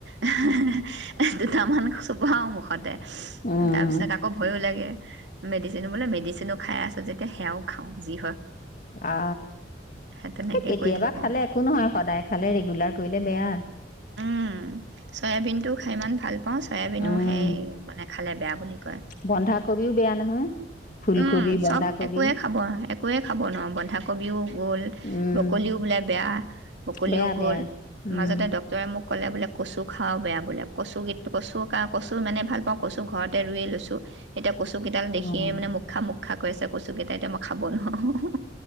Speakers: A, on the right (about 70°); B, on the left (about 45°).
A: হাহাহা, দুটামান চোবাও মুখ পদ
B: উম
A: তাৰ পিছত আকৌ ভয়ো লাগে। মেডিচিন বোলে মেডিচিনো খাই আছো যে <unintelligible> সেয়াও খাওঁ যি
B: অ,
A: সেই তেনেকৈ
B: এই কেতিয়াবা
A: কৰি থাকোঁ
B: খালে একো নহয় সদায় খালে ৰেগুলাৰ কৰিলে বেয়া।
A: উহ, চয়াবিন টো খাই ইমান ভাল পাওঁ চয়াবিনো
B: উম
A: সেই মানে খালে বেয়া বুলি কয়
B: বন্ধাকবিও বেয়া নহয়। ফুলকবি
A: উম
B: বন্ধাকবি
A: চব একোৱে খাব, একোৱে খাব নোৱাৰোঁ। বন্ধাকবিও গল,
B: উম
A: ব্ৰকলিও বোলে বেয়া ব্ৰকলিও
B: বেয়া
A: গল,
B: বেয়া উম
A: মাজতে ডক্টৰে মোক কলে বোলে কচু খাওঁ বেয়া বোলে, কচু গীত কচু কা কচু ইমানে ভাল পাওঁ কচু ঘৰতে ৰুইয়ে লৈছোঁ এতিয়া কচুকেইডাল দেখিয়ে
B: অ'
A: মানে মোক ৰক্ষা কৰি কচু কেইটা এতিয়া মই খাব নোৱাৰো,